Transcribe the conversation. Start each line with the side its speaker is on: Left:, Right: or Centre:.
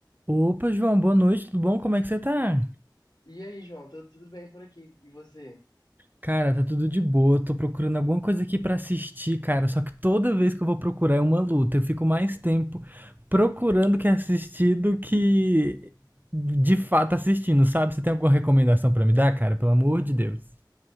Right: Opa, João, boa noite, tudo bom? Como é que você tá?
Left: E aí, João, tudo, tudo bem por aqui? E você?
Right: Cara, tá tudo de boa. Tô procurando alguma coisa aqui pra assistir, cara. Só que toda vez que eu vou procurar é uma luta. Eu fico mais tempo procurando que assistir do que de fato assistindo, sabe? Você tem alguma recomendação pra me dar, cara? Pelo amor de Deus.